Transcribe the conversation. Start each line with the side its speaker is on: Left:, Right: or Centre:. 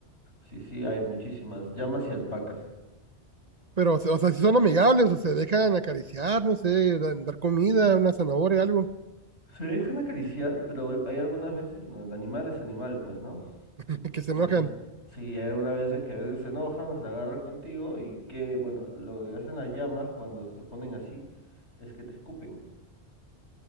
Left: Sí, sí, hay muchísimas llamas y alpacas.
Right: Pero, o sea, o sea, si son amigables, o se dejan acariciar, no sé, da- dar comida, una zanahoria, algo,
Left: Se dejan acariciar, pero hay algunas veces, bueno, el animal es animal, pues, ¿no?
Right: <laughs> que se
Left: Entonces,
Right: enojan.
Left: sí, hay algunas veces que a veces se enojan, se la agarran contigo y que, bueno, lo que hacen las llamas cuando se ponen así es que te escupen.